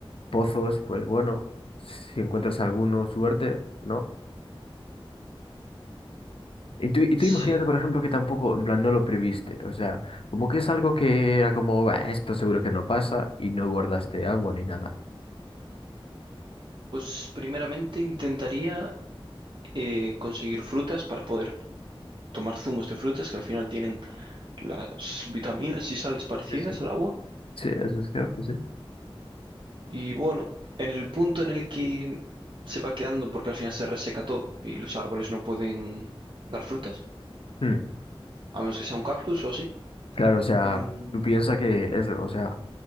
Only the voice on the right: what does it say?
Sí,
pues primeramente intentaría eh, conseguir frutas para poder tomar zumos de frutas que al final tienen las vitaminas y sales parecidas
al agua.
Y bueno, en el punto en el que se va quedando, porque al final se reseca todo y los árboles no pueden dar frutas,
a menos que sea un cactus o así.
mm,